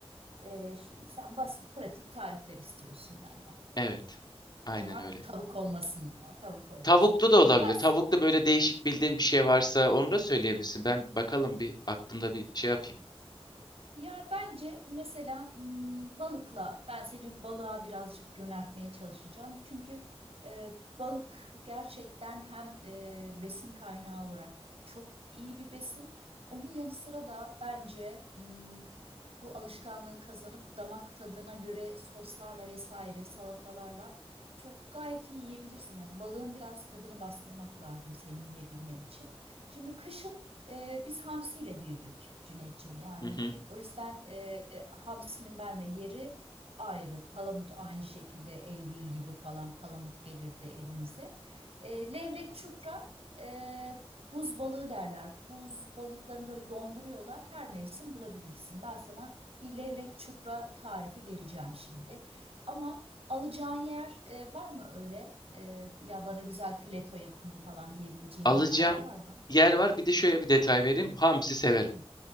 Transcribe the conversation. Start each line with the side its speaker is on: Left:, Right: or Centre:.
Right: Ee, şimdi sen basit pratik tarifler istiyorsun benden.
Left: Evet. Aynen
Right: Ama
Left: öyle.
Right: tavuk olmasın. Tavuk olmasın.
Left: Tavuklu da olabilir.
Right: Ben
Left: Tavuklu böyle değişik bildiğin bir şey varsa onu da söyleyebilirsin. Ben bakalım bir aklımda bir şey yapayım.
Right: Ya bence mesela hmm, balıkla ben seni balığa birazcık yöneltmeye çalışacağım. Çünkü e, balık gerçekten hem e, besin kaynağı olarak çok iyi bir besin. Onun yanı sıra da bence hmm, bu alışkanlığı kazanıp damak tadına göre soslarla vesaire salatalarla çok gayet iyi yiyebilirsin. Ya balığın biraz tadını bastırmak lazım senin yiyebilmen için. Şimdi kışın e, biz hamsiyle büyüdük Cüneyt'ciğim. Yani
Left: Hı hı.
Right: o yüzden e, hamsinin benle yeri ayrı. Palamut aynı şekilde Eylül gibi falan palamut gelirdi evimize. E, levrek çupra e, buz balığı derler. Buz balıklarını böyle donduruyorlar. Her mevsim bulabilirsin. Ben sana bir levrek çupra tarifi vereceğim şimdi. Ama alacağın yer e, var mı öyle? E, ya bana güzel fileto yapın falan diyebileceğin
Left: Alacağım
Right: yerler var mı?
Left: yer var. Bir de şöyle bir detay vereyim. Hamsi severim.
Right: Hı.